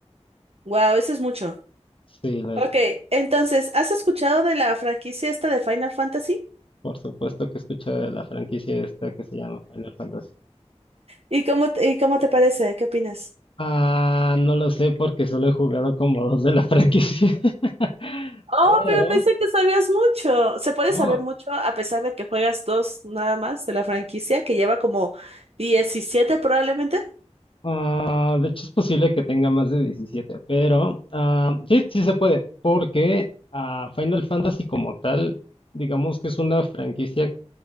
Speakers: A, on the right (about 60°); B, on the left (about 50°).
A: Wow, eso es mucho.
B: Sí, lo
A: Ok,
B: es.
A: entonces, ¿has escuchado de la franquicia esta de Final Fantasy?
B: Por supuesto que he escuchado de la franquicia esta que se llama Final Fantasy.
A: ¿Y cómo, te- y cómo te parece? ¿Qué opinas?
B: Ah, no lo sé porque solo he jugado como dos de la franquicia. <laughs>
A: Oh,
B: Pero,
A: pero pensé que sabías mucho. Se puede
B: oh,
A: saber mucho a pesar de que juegas dos nada más de la franquicia que lleva como 17 probablemente.
B: Ah, de hecho, es posible que tenga más de 17, pero ah, sí, sí se puede, porque ah, Final Fantasy como tal, digamos que es una franquicia